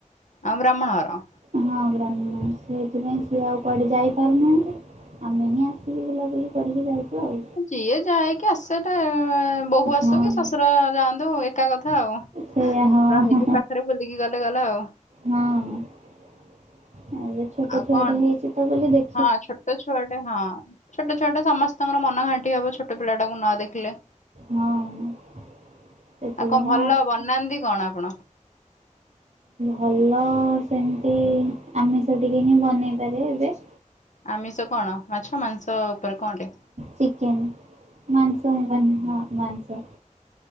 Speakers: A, on the left; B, on the right.
A: ଆମ ବ୍ରାହ୍ମଣ ହର।
B: ହଁ ବ୍ରାହ୍ମଣ ସେଥିପାଇଁ ସେ ଆଉ କୁଆଡ଼େ ଯାଇପାରୁନାହାନ୍ତି ଆମେ ହିଁ ଆସିକି ବୁଲାବୁଲି କରିକି ଯାଉଛୁ ଆଉ।
A: ଯିଏ ଯାଇକି ଆସେ ଟା ବୋହୂ
B: ହଁ
A: ଆସୁ କି ଶ୍ୱଶୁର ଯାଆନ୍ତୁ। ଏ ଏକା କଥା ଆଉ
B: ସେଇଆ ହଁ
A: ରହିକି ପାଖରେ ବୁଲିକି ଗଲେ ଗଲା ଆଉ।
B: ହଁ ଏବେ ଛୋଟ
A: ଆଉ
B: ଛୁଆ
A: କଣ
B: ଟେ ହେଇଛି ତ ବୋଲି ଦେ
A: ହଁ ଛୋଟ ଛୁଆଟେ ହଁ। ଛୋଟ ଛୁଆଟା ସମସ୍ତଙ୍କର ମନ ଘାଣ୍ଟି ହବ ଛୋଟ ପିଲାଟାକୁ ନ ଦେଖିଲେ।
B: ହଁ ସେଥିପାଇଁ
A: ଆଉ କଣ ଭଲ
B: ଆସିଛି।
A: ବନାନ୍ତି କଣ ଆପଣ?
B: ଭଲ ସେମିତି ଆମିଷ ଟିକି ହିଁ ବନେଇପାରେ ଏବେ।
A: ଆମିଷ କଣ ମାଛ ମାଂସ? ଉପରେ କଣଟେ
B: ଚିକେନ୍ ମାଂସ ହେବନି ହଁ ମାଂସ।